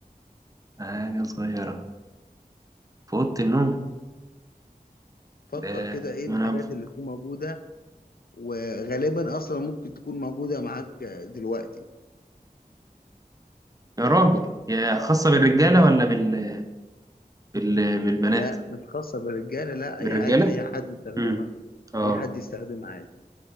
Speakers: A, on the right (about 20°); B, on the left (about 70°).
A: حاجة صغيرة في أوضة النوم
B: فكر
A: ده
B: كده ايه
A: ما
B: الحاجات
A: أنا بفكر
B: اللي تكون موجودة وغالبا أصلا ممكن تكون موجودة معاك دلوقتي
A: يا راجل يا خاصة بالرجالة ولا بال بال... بالبنات
B: لا مش خاصة بالرجالة لا
A: بالرجالة
B: أي عادي أي حد يستخدمها
A: امم اه
B: أي حد يستخدمها عادي